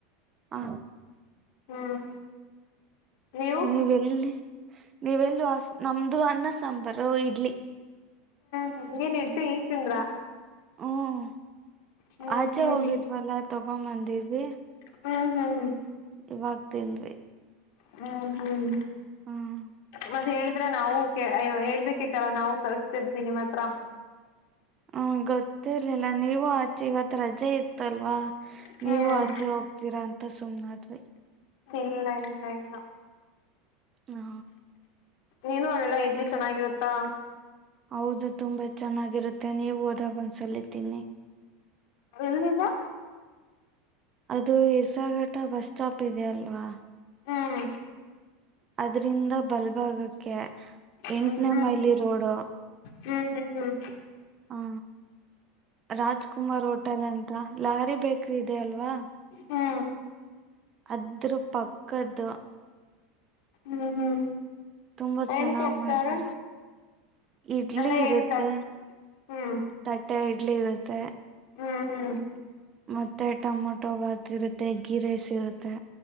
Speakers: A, on the right; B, on the left.
A: ಹಾ
B: ಹ್ಮ್ ನೀವು
A: ನೀವೆಲ್ಲಿ ನೀವೆಲ್ಲ ನಮ್ದು ಅನ್ನ ಸಾಂಬಾರ್ ಇಡ್ಲಿ
B: ಹ್ಞೂ ಹ್ಞ ಏನು ಇಡ್ತು ಈಗಿಂದರಾ
A: ಹ್ಮ
B: ಹ್ಮ್
A: ಆಚೆ
B: ಹ್ಮ್
A: ಹೋಗಿದ್ವಲ್ಲ ತಗೊಂಬಂದಿದ್ವಿ
B: ಹ್ಞೂ ಹ್ಞ ಹ್ಞ
A: ಇವಾಗ್ತಿಂದವಿ
B: ಹ್ಮ ಹ್ಮ್
A: ಹ್ಮ್
B: ಮತ್ತೆ ಹೇಳ ಆದ್ರೆ ನಾವು ಹೇಳ್ಬೇಕಿತ್ತರ ನಾವು ತರ್ರಿಸ್ತಿದ್ವಿ ನಿಮ್ಮ ಹತ್ರ
A: ಹ್ಮ ಗೊತ್ತಿರ್ಲಿಲ್ಲ ನೀವು ಆಚೆ ಇವತ್ ರಜೆ ಇತ್ತಲ್ವಾ
B: ಹ್ಮ್
A: ನೀವು ಆಚೆ ಹೋಗ್ತೀರಾ ಅಂತ ಸುಮ್ನಾದ್ರ
B: ಇಲ್ಲ ಇಲ್ಲ ಇಲ್ಲ
A: ಹಾ
B: ನೀನು ಅಲ್ಲ ಇಡ್ಲಿ ಚೆನ್ನಾಗಿರತ್ತಾ
A: ಹೌದು ತುಂಬಾ ಚೆನ್ನಾಗಿರುತ್ತೆ ನೀವು ಹೋದಾಗ ಒಂದ್ ಸಲಿತೀನಿ
B: ಎಲ್ಲದಾ
A: ಅದು ಹೆಸರ್ಘಟ್ಟ ಬಸ್ ಸ್ಟಾಪ್ ಇದೆ ಅಲ್ವಾ.
B: ಹ್ಮ್.
A: ಅದ್ರಿಂದ ಬಲ್ಭಾಗಕ್ಕೆ ಎಂಟ್ನೆ
B: ಹ್ಮ್
A: ಮೈಲಿ ರೋಡು.
B: ಹ್ಮ್ ಹ್ಮ್ ಹ್ಮ್.
A: ಹಾ. ರಾಜ್ ಕುಮಾರ್ ಹೋಟೆಲ್ ಅಂತ ಲಹಾರಿ ಬೇಕ್ರಿ ಇದೆ ಅಲ್ವಾ.
B: ಹ್ಮ್
A: ಅದ್ರ ಪಕ್ಕದ್ದು.
B: ಹ್ಮ್ ಹ್ಮ್.
A: ತುಂಬ
B: ಏನ್
A: ಚೆನ್ನಾಗ್
B: ಕೊಡ್ತಾರೆ
A: ಮಾಡ್ತಾರ. ಇಡ್ಲಿ
B: ಅಂದ್ರೆ
A: ಇರತ್ತೆ
B: ಏನ್ ಹ್ಮ್
A: ತಟ್ಟೆ ಇಡ್ಲಿ ಇರತ್ತೆ.
B: ಹ್ಮ್ ಹ್ಮ್.
A: ಮತ್ತೆ ಟೊಮೊಟೊ ಭಾತ್ ಇರುತ್ತೆ ಗೀ ರೈಸ್ ಇರುತ್ತೆ.